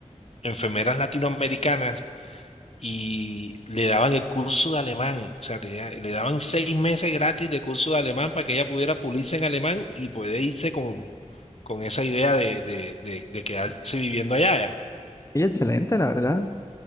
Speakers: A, on the left; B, on the left.
A: enfermeras latinoamericanas y le daban el curso de alemán, o sea, tenía- le daban seis meses gratis de curso de alemán para que ella pudiera pulirse en alemán y poder irse con, con esa idea de, de, de, de quedarse viviendo allá.
B: Y excelente, la verdad.